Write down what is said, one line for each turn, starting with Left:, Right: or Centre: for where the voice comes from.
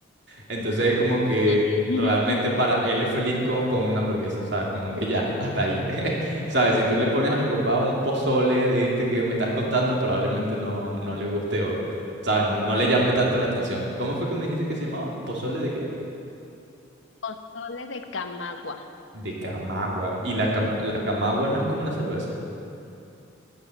Right: Entonces es como que
Left: ujú.
Right: realmente para él es feliz con, con una hamburguesa, ¿sabes? Como que ya, hasta ahí. <laughs> ¿Sabes? Si tú le pones a mi papá un pozole de este que me estás contando, probablemente no, no le guste o, ¿sabes?
Left: Sí.
Right: No, no le llame tanto la atención. ¿Cómo fue que me dijiste que se llamaba? ¿Pozole de qué?
Left: Pozole de camagua.
Right: De Camagua. ¿Y la, cam- la Camagua no es como una cerveza?